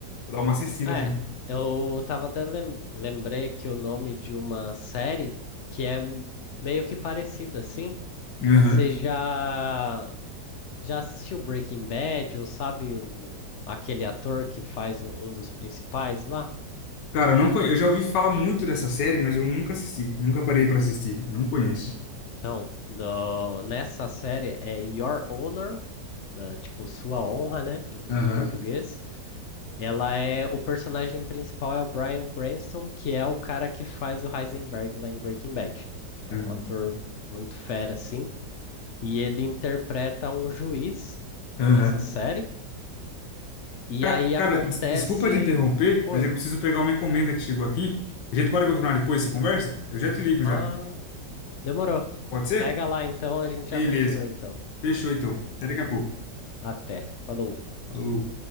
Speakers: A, on the left; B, on the left.
A: Vou dar uma assistida,
B: É,
A: assim.
B: eu tava até lem- lembrei que o nome de uma série que é m- meio que parecida, assim.
A: Aham.
B: Você já, já assistiu Breaking Bad, ou sabe o, aquele ator que faz um, um dos principais lá?
A: Cara, eu não conhe... eu já ouvi falar muito dessa série, mas eu nunca assisti. Nunca parei pra assistir. Não conheço.
B: Então, no- nessa série é Your Honor, da, tipo, sua honra, né, em,
A: Aham.
B: em português. Ela é. O personagem principal é o Bryan Cranston, que é o cara que faz o Heisenberg lá em Breaking Bad. É
A: Uhum.
B: um ator muito fera, assim. E ele interpreta um juiz
A: Aham.
B: nessa série. E
A: Cara,
B: aí
A: cara,
B: acontece.
A: des- desculpa te interromper,
B: Oi.
A: mas é que eu preciso pegar uma encomenda que chegou aqui. A gente pode continuar depois essa conversa? Eu já te ligo
B: Ah,
A: já.
B: demorou.
A: Pode ser?
B: Pega lá então, a gente
A: Beleza.
B: já continua então.
A: Fechou então. Até daqui a pouco.
B: Até. Falou.
A: Falou.